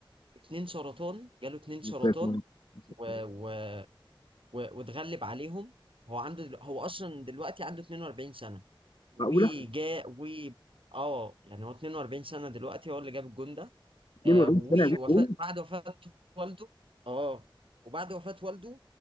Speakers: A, on the right; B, on the left.
A: اتنين سرطان جاله اتنين سرطان
B: مسافر، مسافر.
A: و... و... و... واتغلب عليهم هو عنده دل... هو اصلا دلوقتي عنده 42 سنة وجا
B: معقوله
A: و اه يعني هو 42 سنة دلوقتي هو اللي جاب الجول ده
B: 42
A: آه ووفاة
B: سنه اجيب جول
A: بعد وفاة والده اه وبعد وفاة والده